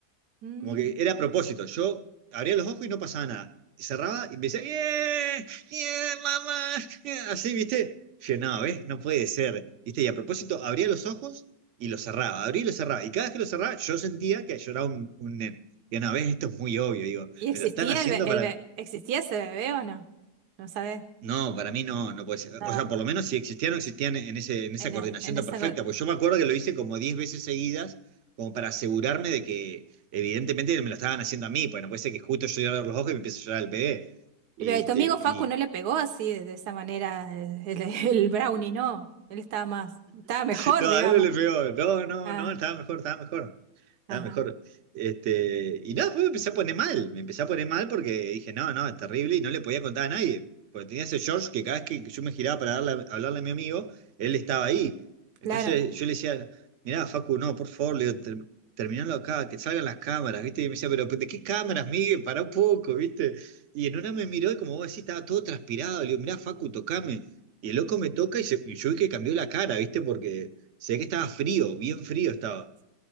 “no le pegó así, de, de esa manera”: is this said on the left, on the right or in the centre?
Right